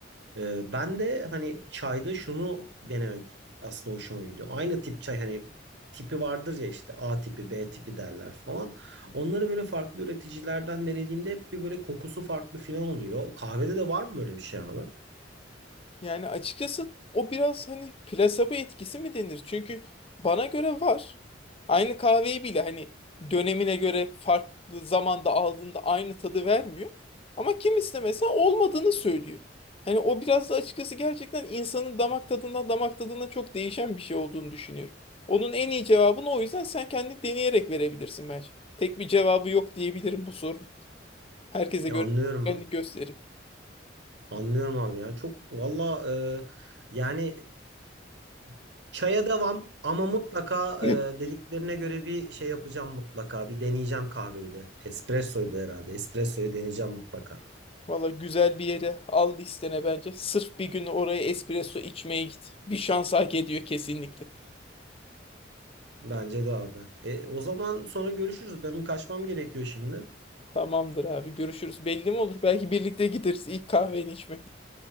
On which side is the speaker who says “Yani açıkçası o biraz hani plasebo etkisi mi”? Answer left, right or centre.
Left